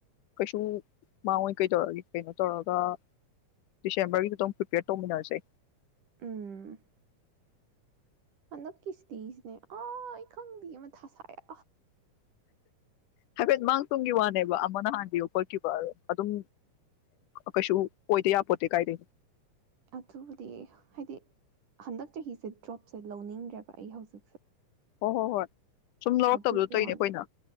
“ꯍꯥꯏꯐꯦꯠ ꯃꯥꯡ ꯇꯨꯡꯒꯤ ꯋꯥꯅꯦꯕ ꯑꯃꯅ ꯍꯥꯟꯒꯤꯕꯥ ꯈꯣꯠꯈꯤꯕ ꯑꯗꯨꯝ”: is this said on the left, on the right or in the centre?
Left